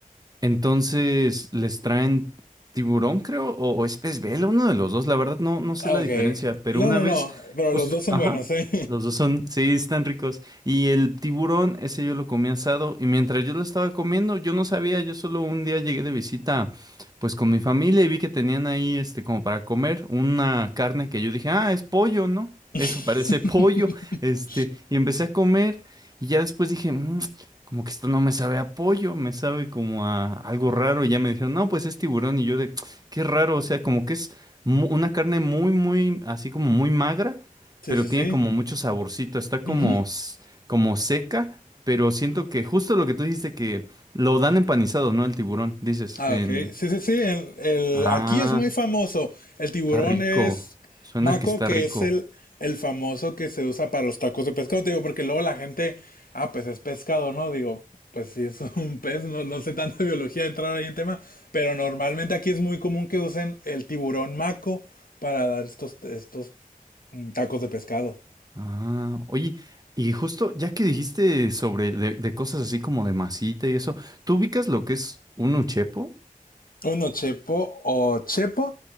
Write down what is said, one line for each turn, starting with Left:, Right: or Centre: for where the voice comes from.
Right: Entonces, les traen tiburón, creo, o, o es pez vela, uno de los dos. La verdad, no, no sé
Left: Ah,
Right: la
Left: Ok.
Right: diferencia, pero
Left: No,
Right: una
Left: no,
Right: vez,
Left: no. Pero
Right: justo,
Left: los dos son
Right: ajá,
Left: buenos, ¿eh?
Right: los dos son, sí, están ricos. Y el tiburón, ese yo lo comí asado, y mientras yo lo estaba comiendo, yo no sabía, yo solo un día llegué de visita, pues con mi familia, y vi que tenían ahí, este, como para comer, una carne que yo dije, ah, es pollo, ¿no?
Left: <laughs>
Right: Eso parece <laughs> pollo, este, y empecé a comer, y ya después dije, "Mm, como que esto no me sabe a pollo, me sabe como a algo raro. Y ya me dijeron, no, pues es tiburón. Y yo de, qué raro, o sea, como que es mu- una carne muy, muy, así como muy magra,
Left: Sí,
Right: pero
Left: sí,
Right: tiene
Left: sí.
Right: como mucho saborcito, está como,
Left: Ujú.
Right: s- como seca, pero siento que justo lo que tú dijiste, que lo dan empanizado, ¿no? El tiburón, dices,
Left: Ah,
Right: en,
Left: ok. Sí, sí, sí. El, el-
Right: ah,
Left: aquí es muy famoso. El tiburón
Right: está rico,
Left: es
Right: suena
Left: maco,
Right: que está
Left: que
Right: rico.
Left: es el, el famoso que se usa para los tacos de pescado. Te Digo, porque luego la gente, ah, pues es pescado, ¿no? Digo, pues sí, es un pez. No, no sé tanta biología entrar ahí en tema. Pero normalmente aquí es muy común que usen el tiburón maco para dar estos, estos mm, tacos de pescado.
Right: Ah, oye, y justo ya que dijiste sobre de, de cosas así como de masita y eso, ¿tú ubicas lo que es un uchepo?
Left: Uno Chepo o Chepo.